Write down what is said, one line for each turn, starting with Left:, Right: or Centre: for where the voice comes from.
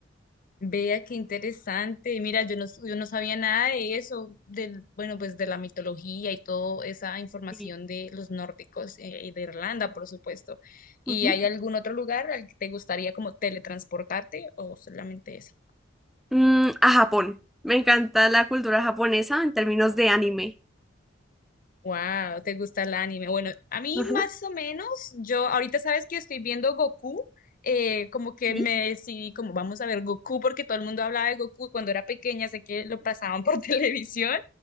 Left: vea qué interesante. Mira, yo no, yo no sabía nada de eso, del, bueno, pues de la mitología y toda esa información
Centre: Sí.
Left: de los nórdicos eh, y de Irlanda, por supuesto. ¿Y
Centre: Ujú.
Left: hay algún otro lugar al que te gustaría como teletransportarte o solamente ese?
Centre: Mm, a Japón. Me encanta la cultura japonesa en términos de anime.
Left: Wow, ¿te gusta el anime? Bueno, a mí
Centre: Ajá.
Left: más o menos, yo ahorita sabes que estoy viendo Goku, eh, como que
Centre: ¿Sí?
Left: me decidí, como vamos a ver Goku, porque todo el mundo hablaba de Goku cuando era pequeña, sé que lo pasaban por <laughs> televisión,